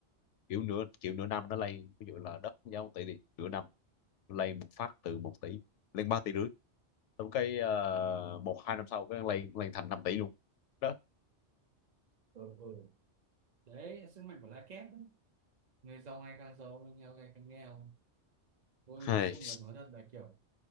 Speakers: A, on the left; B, on the right.
A: kiểu nửa kiểu nửa năm nó lên ví dụ là đất giá một tỷ thì nửa năm nó lên một phát từ một tỷ lên ba tỷ rưỡi xong cái ờ, một hai năm sau cái lên lên thành năm tỷ luôn đó
B: ừ ừ đấy là sức mạnh của lá kép đấy người giàu ngày càng giàu người nghèo ngày càng nghèo tôi
A: hay
B: nói chung là nói thật là kiểu